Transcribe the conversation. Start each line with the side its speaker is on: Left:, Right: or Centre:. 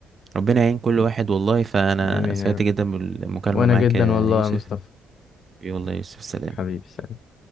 Right: ربنا يعين كل واحد والله فأنا
Left: آمين
Right: سعدت
Left: يا رب
Right: جدا بالمكالمة
Left: وأنا
Right: معاك
Left: جدا
Right: يا
Left: والله
Right: يوسف
Left: يا مصطفى
Right: والله يا يوسف سلام
Left: حبيبي سلام